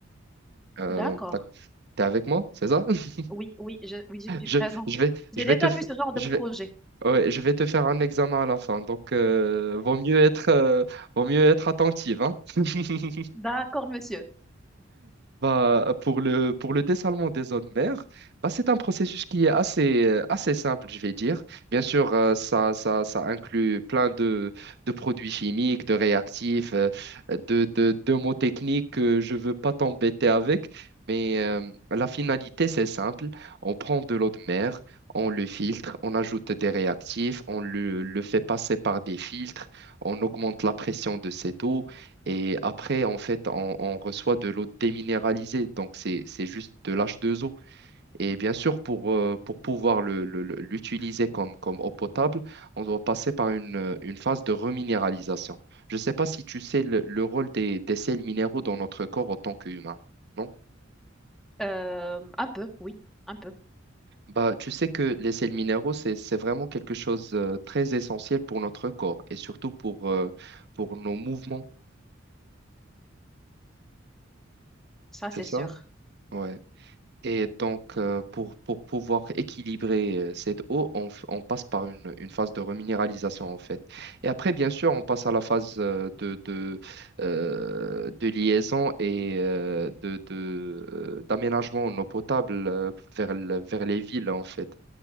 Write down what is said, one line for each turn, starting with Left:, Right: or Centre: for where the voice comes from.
Right: Euh,
Centre: D'accord.
Right: t'as- t'es avec moi, c'est ça? <laughs>
Centre: Oui, oui, je, oui, je suis
Right: Je,
Centre: présente.
Right: je
Centre: <laughs>
Right: vais, je
Centre: J'ai
Right: vais
Centre: déjà
Right: te, f-
Centre: vu ce genre de
Right: je
Centre: projet.
Right: vais, ouais, je vais te faire un examen à la fin, donc euh, vaut mieux être, euh, vaut mieux être attentive, hein? <laughs>
Centre: D'accord, monsieur.
Right: Bah, pour le, pour le dessalement des eaux de mer, bah, c'est un processus qui est assez, euh, assez simple, je vais dire. Bien sûr, euh, ça, ça, ça inclut plein de, de produits chimiques, de réactifs, euh, de, de, de mots techniques que je ne veux pas t'embêter avec, mais euh, la finalité, c'est simple. On prend de l'eau de mer, on le filtre, on ajoute des réactifs, on le, le fait passer par des filtres, on augmente la pression de cette eau et après, en fait, on, on reçoit de l'eau déminéralisée. Donc, c'est, c'est juste de l'H2O. Et bien sûr, pour, euh, pour pouvoir le- le- le- l'utiliser comme, comme eau potable, on doit passer par une, euh, une phase de reminéralisation. Je ne sais pas si tu sais le, le rôle des, des sels minéraux dans notre corps en tant qu'humain. non
Centre: Euh, un peu, oui, un peu.
Right: Bah, tu sais que les sels minéraux, c'est, c'est vraiment quelque chose de très essentiel pour notre corps et surtout pour, euh, pour nos mouvements.
Centre: Ça, c'est
Right: C'est ça?
Centre: sûr.
Right: Ouais. Et donc, euh, pour, pour pouvoir équilibrer euh, cette eau, on, f- on passe par une, une phase de reminéralisation, en fait. Et après, bien sûr, on passe à la phase euh, de, de, euh, de liaison et euh, de, de, euh, d'aménagement en eau potable euh, vers, le- vers les villes, en fait.